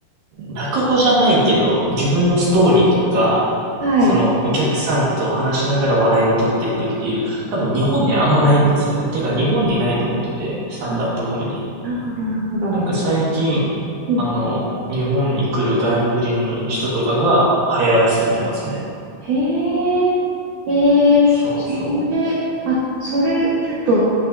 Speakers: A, on the right (about 60°); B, on the right (about 85°).
A: 落語じゃないけど、自分のストーリーとか、
B: はい。
A: その、お客さんと話しながら笑いを取っていくっていう、多分日本にあんまないんですよね。てか日本にないと思ってて、スタンダップコメディ。
B: ああ、なるほど、なるほど。
A: なんか最近、
B: うん。
A: あの、日本に来る外国人の人とかが流行らせてますね。
B: へえ、ええそれ、
A: そうそ
B: あ、それ、ちょっと、